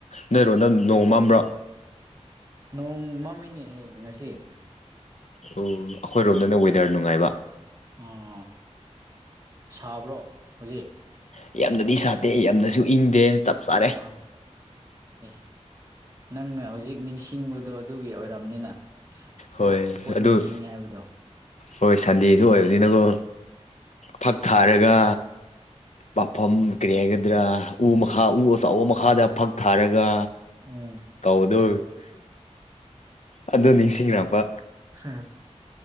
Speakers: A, on the left; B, on the right.
A: ꯅꯣꯏꯔꯣ ꯅꯪ ꯅꯣꯡ ꯃꯝꯕ꯭ꯔꯣ
B: ꯅꯣꯡ ꯃꯃꯤꯅꯦꯍꯦ ꯉꯁꯤ
A: ꯑꯣ ꯑꯩꯈꯣꯏꯔꯣꯝꯗꯅ ꯋꯦꯗꯔ ꯅꯨꯡꯉꯥꯏꯕ
B: ꯑꯣꯥ ꯁꯥꯕ꯭ꯔꯣ ꯍꯧꯖꯤꯛ
A: ꯌꯥꯝꯅꯗꯤ ꯁꯥꯠꯇꯦ ꯌꯥꯝꯅꯁꯨ ꯏꯪꯗꯦ ꯆꯞ ꯆꯥꯔꯦ
B: ꯑ ꯑꯦ ꯅꯪꯅ ꯍꯧꯖꯤꯛ ꯅꯤꯡꯁꯤꯡꯕꯗꯣ ꯑꯗꯨꯒꯤ ꯑꯣꯏꯔꯕꯝꯅꯤꯅ
A: ꯍꯣꯏ
B: ꯄꯣꯠ ꯄꯣꯠ
A: ꯑꯗꯨ
B: ꯅꯤꯡꯁꯤꯡꯉꯤ ꯍꯥꯏꯕꯗꯣ <inaudible>
A: ꯍꯣꯏ ꯁꯟꯗꯦꯁꯨ ꯑꯣꯏꯕꯅꯤꯅꯀꯣ ꯐꯛ ꯊꯥꯔꯒ ꯄꯥꯐꯝ ꯀꯔꯤ ꯍꯥꯏꯒꯗ꯭ꯔꯥ ꯎ ꯃꯈꯥ ꯎ ꯑꯆꯕ ꯃꯈꯥꯗ ꯐꯛ ꯊꯥꯔꯒ
B: ꯎꯝ
A: ꯀꯧꯗꯣ ꯑꯗꯨꯣ ꯅꯤꯡꯁꯤꯡꯉꯛꯄ
B: ꯍꯥ